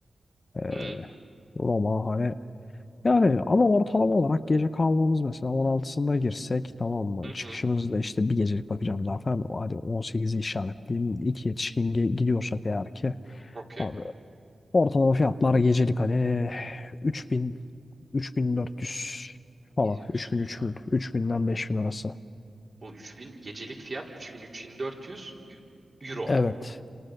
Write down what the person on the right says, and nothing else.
Hı
hı. hı.
Okey.
Ne diyorsun
ya?
Bu 3000 gecelik fiyat 3000 3400 euro.